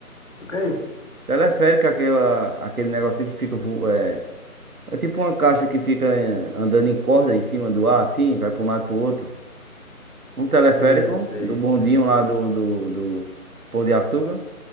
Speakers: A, on the left; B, on the right.
A: O que é isso?
B: Teleférico, é aquela, aquele negocinho que fica. vo- É, é tipo uma caixa que fica eh, andando em corda em cima do ar, assim, vai para um lado pro outro. Um teleférico
A: Sim, eu sei,
B: do bondinho
A: sei.
B: lá do, do, do Pão de Açúcar.